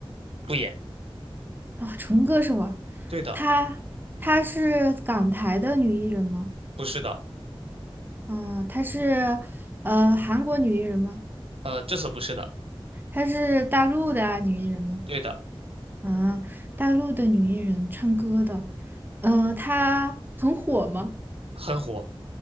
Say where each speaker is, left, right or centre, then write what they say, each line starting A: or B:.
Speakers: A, on the right; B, on the right.
A: 不演，
B: 啊、纯歌手啊，
A: 对的，
B: 她她是港台的女艺人吗？
A: 不是的，
B: 啊、她是呃韩国女艺人吗？
A: 呃，这次不是的，
B: 她是大陆的啊女艺人吗？
A: 对的，
B: 啊、大陆的女艺人唱歌的，呃，她很火吗？
A: 很火